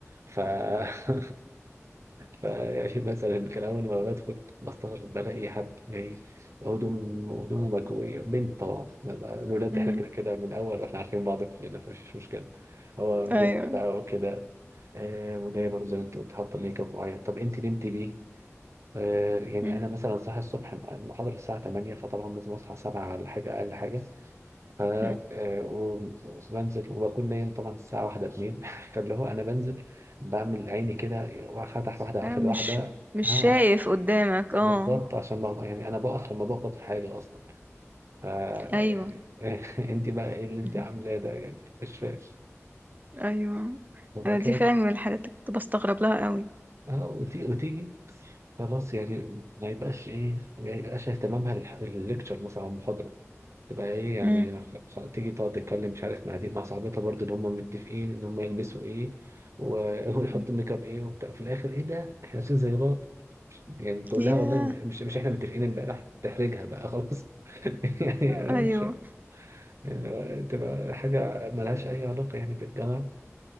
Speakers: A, on the right; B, on the right.
A: ف <laughs> ف يعني مثلا كان اول ما بدخل بستغرب بلاقي حد جاي هدوم هدومه مكويه بنت طبعا الولاد
B: <laughs>
A: احنا كده كده من الاول واحنا عارفين بعض كلنا فمفيش مشكله هو بنت
B: ايوه
A: بقى وكده آه وجايه برضه زي ما انت قلت حاطه ميك اب معين طب انت نمتي بيه آه، يعني
B: مم.
A: انا مثلا صاحي الصبح المحاضره الساعه 8 فطبعا لازم اصحى 7 على حاجه اقل حاجه ف
B: مم.
A: آه، وبنزل وبكون نايم طبعا الساعه 1 2 <laughs> فاللي هو انا بنزل بعمل عيني كده وفتح واحده قافل
B: ايوه مش
A: واحده
B: مش
A: ها
B: شايف قدامك اه
A: بالظبط عشان ما يعني انا بقف لما بقبض في حالي اصلا ف يعني
B: ايوه
A: <laughs> انت بقى ايه اللي انت
B: مهم.
A: عاملاه ده يعني مش فاهم
B: ايوه
A: وبعد
B: انا
A: كده
B: دي فعلا من الحاجات اللي كنت بستغرب لها قوي
A: آه، وتي- وتيجي خلاص يعني ما يبقاش ايه ما يبقاش اهتمامها للح- للليكتشر مثلا او المحاضره تبقى ايه يعني
B: مم.
A: خ- خ- تيجي تقعد تتكلم مش عارف مع دي مع صاحبتها برضه اللي هم متفقين ان هم يلبسوا ايه و- <laughs> ويحطوا
B: مم.
A: ميك اب ايه وبتاع في الاخر ايه ده احنا لابسين زي بعض يعني تقول
B: ياه
A: لها والله م- مش مش احنا متفقين امبارح تحرجها بقى خلاص <laughs> يعني انا
B: ايوه
A: مش يعني تبقى حاجه ملهاش اي علاقه يعني بالجامعه